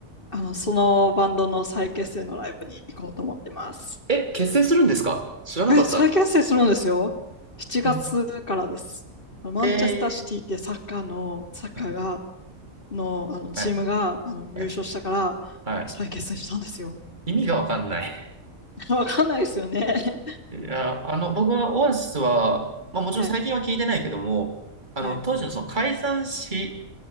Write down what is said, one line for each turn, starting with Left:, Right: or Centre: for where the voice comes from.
Left: あの、そのバンドの再結成のライブに行こうと思ってます。
Right: え、結成するんですか知らなかった。
Left: え、再結成するんですよ。7月からです。
Right: え
Left: あのマンチェスターシティってサッカーの、
Right: え
Left: サッカーが、
Right: ーは
Left: の、あの、チームが、
Right: い、は
Left: あの、優勝したから、
Right: い、はい。
Left: 再結成したんですよ。
Right: 意味がわかんない。
Left: <laughs> わかんないですよね。<laughs>
Right: いや、あの、僕はオアシスは、まあもちろん最近は聞いてないけども、
Left: はい、
Right: あの、
Left: はい。
Right: 当時のその解散し、